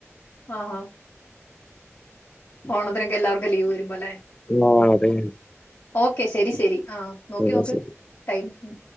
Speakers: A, on the left (about 70°); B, on the left (about 20°).
A: ആഹാ ഓണത്തിനൊക്കെ എല്ലാവർക്കും ലീവ് വെരുംബെ ലേ
B: ആഹ് അതാണ്
A: ഓക്കെ ശരി ശരി ആഹ
B: അതെ
A: നോക്കി നോക്ക് ടൈം മ്